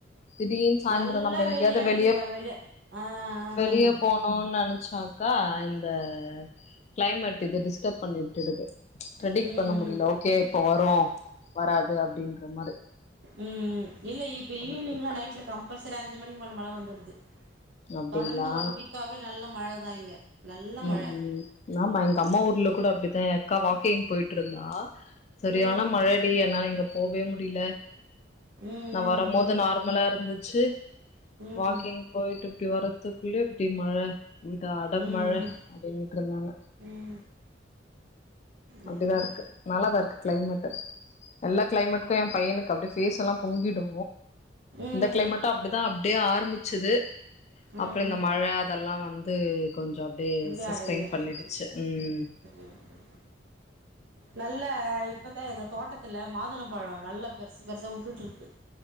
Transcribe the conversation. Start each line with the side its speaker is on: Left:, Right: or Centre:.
Left: திடீர்னு சாய்ந்திரோ
Right: நல்லா
Left: நம்ப எங்கயாது
Right: வெயில்
Left: அத
Right: அடிக்குதுப்பா
Left: வெளிய
Right: ஆ ஆ
Left: வெளிய
Right: சொல்லுங்க
Left: போனு ஒ நெனச்சாக்கா இந்த கிளைமேட் இதுது டிஸ்டப் பண்ணிட்டுருக்கு ப்ரடிக்ட்
Right: ம்
Left: பண்ண முடில
Right: ம்
Left: ஓகே இப்ப வரு வராது அப்டின்ற மாரி
Right: ம் இல்ல இப்ப
Left: அந்த
Right: ஈவினிங்லா
Left: மாரி இருக்கு
Right: நைட்ல கம்பல்சரி அஞ்சு மணிக்கு மேல மழ வந்துடுது
Left: அப்டிங்களா
Right: தொடர்ந்து ஒன் வீக்காவே நல்ல மழதா இங்க நல்ல
Left: ம்
Right: மழ
Left: ஆமா எங்க அம்மா ஊர்ல கூட அப்டித்தா அக்கா வாக் போய்ட்டுருந்தா சரியான
Right: ம்
Left: மழ அடி என்னால இங்க போவே முடில
Right: ம் ம்
Left: நா வரும் போது நார்மலாருந்துச்சு
Right: ம் ம்
Left: வாக்கிங் போய்ட்டு இப்டி வரத் துக்குள்ளயே இப்டி மழ இட அட
Right: ம்
Left: மழ
Right: ம்
Left: அப்டின்றாங்க
Right: ம் ம்
Left: அப்டிதாருக்கு
Right: ம்
Left: நல்லாதாருக்கு கிளைமேட்டு எல்லா கிளைமேட்க்கு ஏ பையனுக்கு அப்டியே பேபேஸ் எல்லா பொங்கிடு
Right: ம்
Left: இந்த கிளைமேட்டு அப்டிதா அப்டியே ஆரம்பிச்சது
Right: ம்
Left: அப்றோ இந்த மழ அதெல்லா வந்து து கொஞ்சோ
Right: அப்டியே
Left: சஸ்டென்
Right: அடங்கிருச்சு
Left: பண்ணிடுச்சு ம்
Right: ம் ம் நல்ல இப்பதா எங்க தோட்டத்துல மாதுளம் பழோ நல்லா பெருசு பெருசா வுட்டுட்டுருக்கு